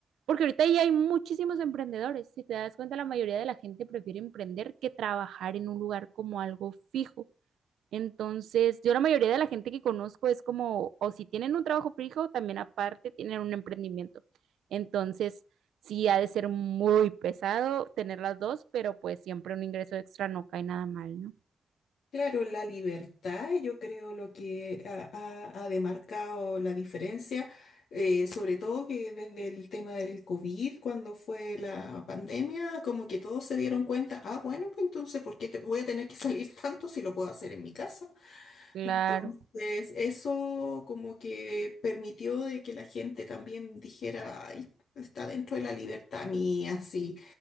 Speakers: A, on the right; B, on the left.
A: porque ahorita ya hay muchísimos emprendedores. Si te das cuenta, la mayoría de la gente prefiere emprender que trabajar en un lugar como algo fijo. Entonces, yo la mayoría de la gente que conozco es como, o si tienen un trabajo fijo, también aparte tienen un emprendimiento. Entonces, sí ha de ser muy pesado tener las dos, pero pues siempre un ingreso extra no cae nada mal, ¿no?
B: Claro, la libertad, yo creo lo que ha, ha- ha demarcado la diferencia, eh, sobre todo que desde el tema del COVID, cuando fue la pandemia, como que todos se dieron cuenta, ah, bueno, pues entonces, ¿por qué te voy a tener que salir tanto si lo puedo hacer en mi casa?
A: Claro,
B: Entonces, eso como que permitió de que la gente también dijera, "Ay, está dentro de la libertad mía, si,